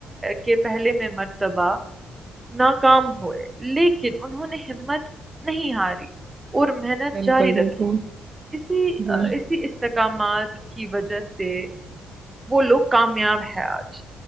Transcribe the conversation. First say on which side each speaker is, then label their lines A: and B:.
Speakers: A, on the right (about 20°); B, on the right (about 40°).
A: کے پہلے میں مرتبہ ناکام ہوئے لیکن انہوں نے ہمت نہیں ہاری اور مح نت
B: بالکل
A: جاری
B: بالکل
A: رکھی اسی
B: جی
A: اسی استحکامات کی وجہ سے وہ لوگ کامیاب ہے آج